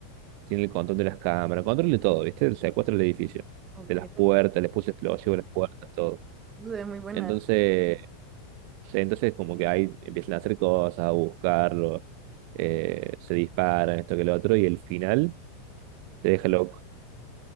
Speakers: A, on the right; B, on the right.
A: tiene el control de las cámaras, control de todo, ¿viste? Secuestra el edificio,
B: ok.
A: de las puertas, les puso explosivo a las puertas, todo.
B: Se ve muy buena.
A: Entonces,
B: ¿eh?
A: se- entonces como que ahí empiezan a hacer cosas, a buscarlo, eh, se disparan, esto que lo otro, y el final te deja loco.